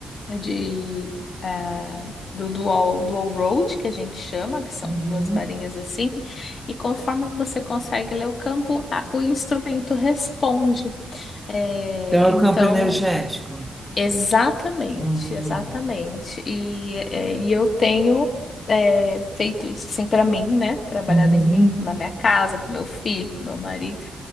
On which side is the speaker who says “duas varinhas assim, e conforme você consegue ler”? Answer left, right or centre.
Left